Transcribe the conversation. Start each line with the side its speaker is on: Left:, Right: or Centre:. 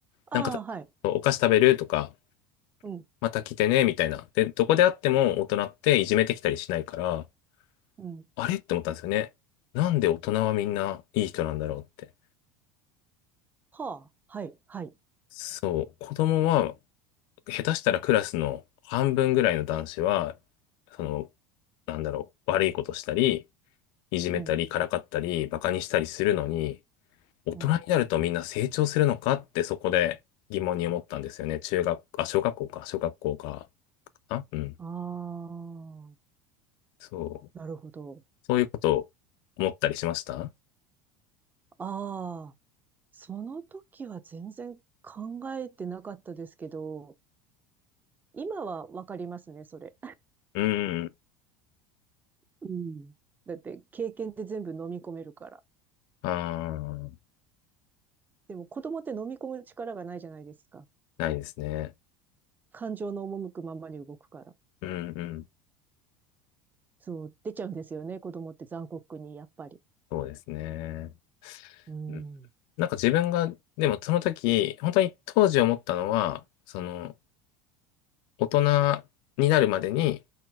Right: ああ、
Left: なんか
Right: はい。
Left: お菓子食べるとか、
Right: うん、
Left: また来てね、みたいな。で、どこであっても大人っていじめてきたりしないから、
Right: うん。
Left: あれって思ったんですよね。なんで大人はみんないい人なんだろうって。
Right: はあ、はい、はい。
Left: そう、子供は下手したらクラスの半分ぐらいの男子は、その、なんだろう、悪いことしたり、いじめたり、
Right: うん、
Left: からかったり、バカにしたりするのに、大人になるとみんな成長するのかってそこで疑問に思ったんですよね。
Right: うん。
Left: 中学、あ、小学校か、小学校か、あ、うん。
Right: ああ、
Left: そう。
Right: なるほど。
Left: そういうことを思ったりしました
Right: ああ、その時は全然考えてなかったですけど、今はわかりますね、それ。
Left: うん。
Right: うん。だって、経験って全部飲み込めるから。
Left: ああ
Right: でも、子供って飲み込む力がないじゃないですか。
Left: ないですね。
Right: 感情の赴くままに動くから。
Left: うんうん。
Right: そう、出ちゃうんですよね、子供って残酷に、やっぱり。
Left: そうですね。
Right: うん。
Left: うんなんか自分が、でもその時、本当に当時思ったのは、その、大人になるまでに